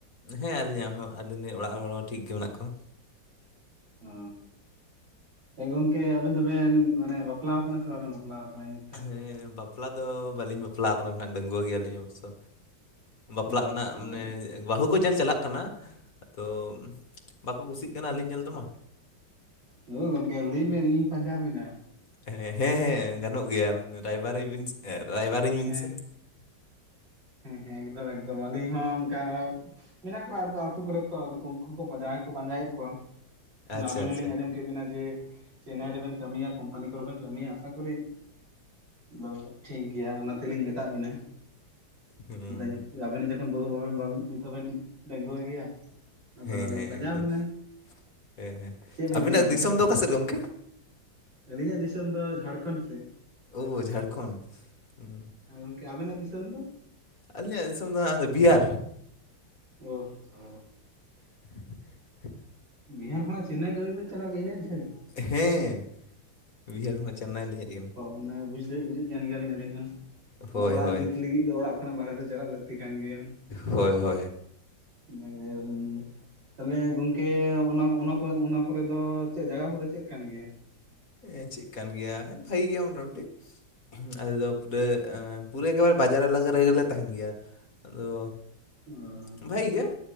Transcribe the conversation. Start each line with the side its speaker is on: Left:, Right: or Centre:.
Left: ᱦᱮᱸ ᱟᱹᱞᱤᱧᱟᱜ ᱦᱚᱸ ᱟᱹᱞᱤᱧ ᱨᱮᱱ ᱚᱲᱟᱜ ᱦᱚᱲ ᱦᱚᱸ ᱴᱷᱤᱠ ᱜᱮ ᱢᱮᱱᱟᱜ ᱠᱚᱣᱟ᱾
Right: ᱚ, ᱮ ᱜᱚᱝᱠᱮ ᱟᱵᱮᱱ ᱫᱚᱵᱮᱱ ᱢᱟᱱᱮ ᱵᱟᱯᱞᱟᱣ ᱠᱟᱱᱟ ᱥᱮ ᱵᱟᱵᱮᱱ ᱵᱟᱯᱞᱟᱣ ᱠᱟᱱᱟ? ᱫᱚ?
Left: ᱦᱮᱸ ᱵᱟᱯᱞᱟ ᱫᱚ ᱵᱟᱹᱞᱤᱧ ᱵᱟᱯᱞᱟ ᱠᱟᱱᱟ ᱦᱟᱸᱜ ᱰᱟᱺᱜᱽᱣᱟᱹᱣ ᱜᱮᱭᱟᱞᱤᱧ ᱚᱵᱽᱥᱥᱚ᱾ ᱵᱟᱯᱞᱟᱜ
Right: ᱚ
Left: ᱨᱮᱱᱟᱜ
Right: ᱦᱩᱸ
Left: ᱢᱟᱱᱮ ᱵᱟᱹᱦᱩ ᱠᱚ ᱧᱮᱞ ᱪᱟᱞᱟᱜ ᱠᱟᱱᱟ ᱟᱫᱚ ᱵᱟᱠᱚ ᱠᱩᱥᱤᱜ ᱠᱟᱱᱟ ᱟᱹᱞᱤᱧ ᱧᱮᱞ ᱛᱮᱢᱟ
Right: ᱦᱩᱸ ᱦᱚᱭ ᱜᱚᱝᱠᱮ ᱞᱟᱹᱭ ᱵᱮᱱ ᱤᱧ ᱯᱟᱸᱡᱟ ᱦᱟᱵᱤᱱᱟ᱾
Left: ᱦᱮᱸ, ᱦᱮᱸ ᱦᱮᱸ ᱜᱟᱱᱚᱜ ᱜᱮᱭᱟ ᱩᱱ ᱨᱟᱭᱵᱟᱨᱟᱹᱧ ᱵᱮᱱ ᱥᱮ, ᱨᱟᱭᱵᱟᱨᱟᱹᱧ ᱵᱮᱱ
Right: ᱦᱮᱸ
Left: ᱥᱮ᱾
Right: ᱦᱮᱸ ᱮᱠᱫᱚᱢ ᱮᱠᱫᱚᱢ ᱟᱹᱞᱤᱧ ᱦᱚᱸ ᱚᱱᱠᱟ ᱢᱮᱱᱟᱜ ᱠᱚᱣᱟ ᱟᱫᱚ ᱟᱹᱛᱩ ᱠᱚᱨᱮ ᱛᱚ ᱟᱫᱚ ᱩᱱᱠᱩ ᱩᱱᱠᱩ ᱠᱚ ᱯᱟᱸᱡᱟᱭᱮᱫ ᱠᱚ ᱯᱟᱸᱡᱟᱭᱮᱫ ᱠᱚᱣᱟ᱾
Left: ᱟᱪᱪᱷᱟ
Right: ᱟᱵᱮᱱ ᱦᱚᱸᱞᱤᱧ
Left: ᱟᱪᱪᱷᱟ
Right: ᱟᱸᱡᱚᱢ ᱠᱮᱫ ᱵᱤᱱᱟ ᱡᱮ ᱪᱮᱱᱱᱟᱭ ᱨᱮᱵᱮᱱ ᱠᱟᱹᱢᱤᱭᱟ᱾ ᱚᱝᱠᱟ ᱱᱤᱛᱚᱜ ᱦᱚ ᱵᱮᱱ ᱠᱟᱹᱢᱤᱭᱟ ᱟᱥᱟ ᱠᱚᱨᱤ ᱫᱚ ᱴᱷᱤᱠ ᱜᱮᱭᱟ, ᱚᱱᱟ ᱛᱮᱞᱤᱧ ᱢᱮᱛᱟᱜ ᱵᱤᱱᱟ᱾
Left: ᱦᱩᱸ
Right: <unintelligible> ᱟᱵᱮᱱ ᱡᱚᱠᱷᱚᱱ ᱵᱟᱹᱦᱩ ᱵᱟᱵᱮᱱ ᱵᱟᱦᱩ ᱱᱤᱛ ᱦᱚᱸ ᱵᱮᱱ ᱰᱟᱹᱝᱜᱩᱣᱟ ᱜᱮᱭᱟ᱾ ᱟᱫᱚ
Left: ᱦᱮᱸ
Right: ᱞᱤᱧ
Left: ᱦᱮᱸ,
Right: ᱯᱟᱸᱡᱟ
Left: ᱮᱠᱫᱚᱢ
Right: ᱵᱤᱱᱟ
Left: ᱦᱮᱸ ᱦᱮᱸ
Right: ᱪᱮᱫ ᱵᱤᱱ
Left: ᱟᱵᱤᱱᱟᱜ
Right: ᱞᱟᱹᱭ ᱮᱫᱟ?
Left: ᱫᱤᱥᱚᱢ ᱫᱚ ᱚᱠᱟ ᱥᱮᱫ ᱜᱚᱝᱠᱮ?
Right: ᱟᱹᱞᱤᱧᱟᱜ ᱫᱤᱥᱚᱢ ᱫᱚ ᱡᱷᱟᱲᱠᱷᱚᱸᱰ ᱥᱮᱡ᱾
Left: ᱳ ᱡᱷᱟᱲᱠᱷᱚᱱ ᱩᱸ᱾
Right: ᱜᱚᱝᱠᱮ ᱟᱵᱮᱱᱟᱜ ᱫᱤᱥᱚᱢ ᱫᱚ?
Left: ᱟᱹᱞᱤᱧᱟᱜ ᱫᱤᱥᱚᱢ ᱫᱚ ᱦᱟᱸᱜ ᱟᱫᱚ ᱵᱤᱭᱟᱨ᱾
Right: ᱚᱠ ᱦᱚᱸ᱾
Left: <inaudible>
Right: ᱵᱤᱦᱟᱨ ᱠᱷᱚᱱᱟᱜ ᱪᱮᱱᱱᱟᱭ ᱠᱟᱹᱢᱤ ᱵᱮᱱ ᱪᱟᱞᱟᱜ ᱡᱮ ᱤᱱᱟᱹᱜ ᱡᱷᱟᱹᱞ?
Left: ᱦᱮᱸ, ᱵᱤᱦᱟᱨ ᱠᱷᱚᱱᱟᱜ ᱪᱮᱱᱱᱟᱭ ᱞᱤᱧ ᱦᱮᱡ ᱠᱟᱱᱟ᱾
Right: ᱚᱱᱮ ᱵᱩᱡᱽ ᱫᱟᱲᱮᱜ ᱵᱩᱡᱩᱜ ᱠᱟᱱ ᱜᱮᱭᱟᱞᱤᱧ ᱟᱞᱤᱧ ᱦᱚᱸ
Left: ᱦᱳᱭ
Right: <unintelligible> ᱚᱲᱟᱜ
Left: ᱦᱳᱭ
Right: ᱡᱩᱛ ᱞᱟᱹᱜᱤᱫ ᱫᱚ ᱚᱲᱟᱜ ᱦᱮᱸ ᱵᱟᱦᱮᱨᱮ ᱫᱚ ᱪᱟᱞᱟᱜ ᱞᱟᱹᱠᱛᱤ ᱠᱟᱱ ᱜᱮᱭᱟ᱾
Left: ᱦᱳᱭ ᱦᱳᱭ ᱦᱮ᱾
Right: <unintelligible> ᱛᱟᱦᱚᱞᱮ ᱜᱚᱝᱠᱮ ᱚᱱᱟ ᱚᱱᱟ ᱠᱚ ᱚᱱᱟ ᱠᱚᱨᱮ ᱫᱚ ᱪᱮᱜ ᱡᱟᱭᱜᱟ ᱠᱚᱫᱚ ᱪᱮᱫ ᱠᱟᱱ ᱜᱮᱭᱟ?
Left: ᱮᱸ ᱪᱤᱜ ᱠᱟᱱ ᱜᱮᱭᱟ? ᱦᱮᱸ ᱵᱷᱟᱜᱤ ᱜᱮᱭᱟ ᱢᱚᱴᱟᱢᱩᱴᱤ, ᱟᱞᱮ ᱫᱚ ᱯᱩᱨᱟᱹ ᱮᱸ ᱯᱩᱨᱟᱹ ᱮᱠᱵᱟᱨ ᱵᱟᱡᱟᱨ ᱮᱞᱟᱠᱟ ᱨᱮᱜᱮ ᱞᱮ ᱛᱟᱦᱮᱱ ᱜᱮᱭᱟ, ᱟᱫᱚ
Right: <inaudible>
Left: ᱵᱷᱟᱜᱤ ᱜᱮᱭᱟ,